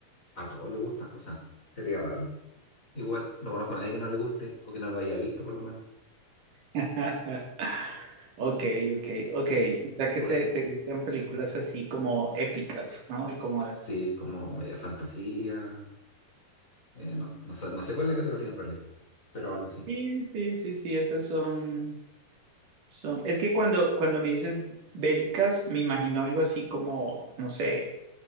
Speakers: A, on the left; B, on the right.
A: A todos les gusta, o sea, sería raro. Igual, no conozco a nadie que no le guste o que no lo haya visto por lo menos.
B: <laughs> Ok, ok, ok.
A: Así que
B: O sea que
A: puede.
B: te, te gustan películas
A: Mm.
B: así como épicas, ¿no? Y como
A: Sí,
B: de-
A: es como media fantasía. eh, no, no sé, no sé cuál es la categoría en realidad, pero algo así.
B: Sí, sí, sí, sí, esas son, son... Es que cuando, cuando me dices bélicas, me imagino algo así como, no sé,